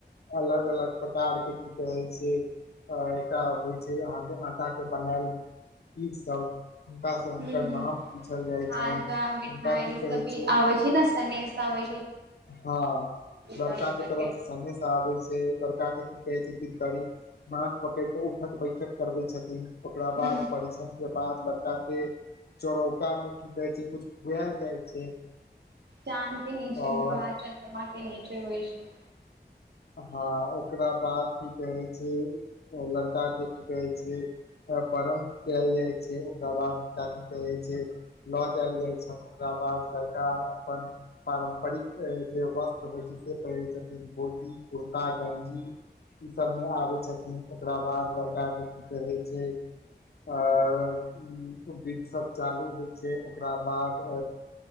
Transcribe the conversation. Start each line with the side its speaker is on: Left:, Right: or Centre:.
Left: अलग अलग प्रकार के की कहै छै अ एकटा होइ छै अहाँके आता के बनायल ई सब हुनका से हुनकर
Right: ह
Left: नाम पूछल जाइ
Right: खाजा
Left: छनि
Right: मिठाइ
Left: हुनका की
Right: ई सब
Left: कहै
Right: भी
Left: छै
Right: आबैय छय ना सनेश आबय छय
Left: हँ लड़का
Right: तरीकाके
Left: के तरफ सनेश आबैय छय लड़का के कहैय छथिन कवि हाथ पकड़ कऽ उठक बैठक करबैय छथिन ओकरा
Right: हूँ
Left: बाद परीक्षण के बाद लड़का के चोरौका मे की कहे छै कुछ खुआल जाइ छै
Right: चाँद के नीचे
Left: और
Right: विवाह चन्द्रमा के नीचे होइ छै
Left: हँ ओकरा बाद की कहै छै लड़का के की कहै छै बरण कैल जाय छै ओकरा बाद हुनका की कहे छै लऽ जाल जाय छ ओकरा बाद लड़का अपन पारम्परिक जे वस्त्र होइ छै से पहिरे छथि घोति कुर्ता गंजी ई सभ मे आबै छथिन ओकरा बाद लड़का जे कहै छै आ विधसभ चालू होइ छै ओकरा बाद